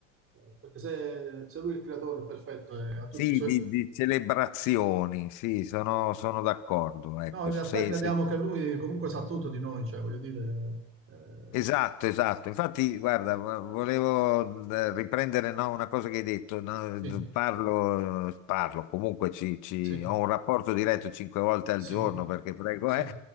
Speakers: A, on the right; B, on the left.
A: eh, perché se, se Lui è il creatore è perfetto e ha tutti
B: Sì,
A: i suoi...
B: di, di celebrazioni, sì, sono, sono d'accordo. Ecco,
A: No, in realtà
B: se,
A: crediamo
B: se
A: che Lui comunque sa tutto di noi, cioè voglio dire... eh,
B: Esatto, esatto. Infatti, guarda, vo- volevo eh, riprendere no, una cosa che hai detto. no,
A: sì,
B: Parlo, parlo, comunque ci, ci-
A: sì,
B: ho un rapporto diretto cinque volte al
A: sì,
B: giorno perché prego,
A: sì,
B: eh,